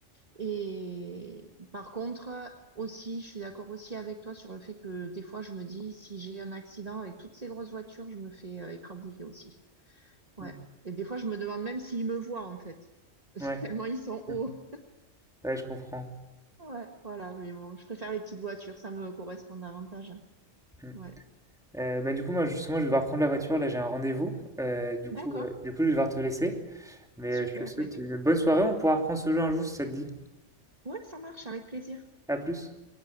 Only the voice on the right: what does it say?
Et par contre, aussi, je suis d'accord aussi avec toi sur le fait que des fois, je me dis, si j'ai un accident avec toutes ces grosses voitures, je me fais euh, écrabouiller aussi. Ouais.
Et des fois, je me demande même s'ils me voient, en fait. <laughs>
Tellement ils sont
hauts.
Ouais, voilà, mais bon, je préfère les petites voitures, ça me correspond davantage.
Ouais.
D'accord.
Super.
Ben, t'es-
ouais, ça marche, avec plaisir.